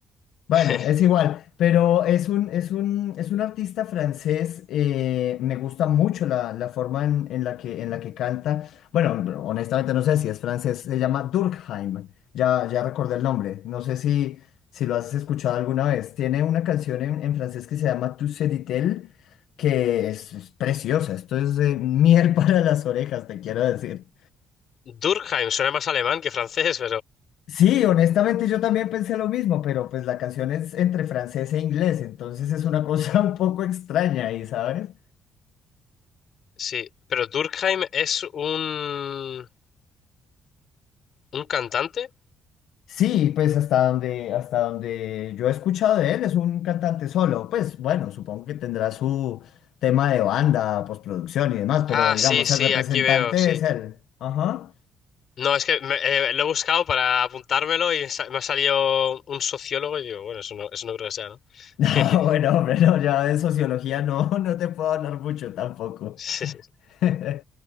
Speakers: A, on the left; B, on the left.
A: Bueno,
B: <laughs>
A: es igual, pero es un, es un, es un artista francés, eh, me gusta mucho la, la forma en, en la que, en la que canta. Bueno, honestamente no sé si es francés, se llama Durkheim, ya, ya recordé el nombre, no sé si, si lo has escuchado alguna vez. Tiene una canción en, en francés que se llama Tu sais dit-elle, que es, es preciosa, esto es eh, miel <laughs> para las orejas, te quiero decir.
B: Durkheim, suena más alemán que francés,
A: Sí, honestamente yo también pensé lo mismo, pero pues la canción es entre francés e inglés, entonces es una cosa <laughs> un poco extraña ahí, ¿sabes?
B: Sí, pero Durkheim es un, un cantante.
A: Sí, pues hasta donde, hasta donde yo he escuchado de él es un cantante solo, pues bueno, supongo que tendrá su tema de banda, postproducción y demás, pero
B: Ah,
A: digamos,
B: sí, sí,
A: el representante
B: aquí veo, sí.
A: es él. Ajá. <laughs>
B: No, es que me- eh, lo he buscado para apuntármelo y sa- me ha salido un sociólogo y digo, bueno, eso no, eso no creo que sea, ¿no?
A: Ah
B: <laughs>
A: bueno, hombre, no, ya de sociología no, <laughs> no te puedo hablar mucho tampoco.
B: Sí, sí.
A: <laughs>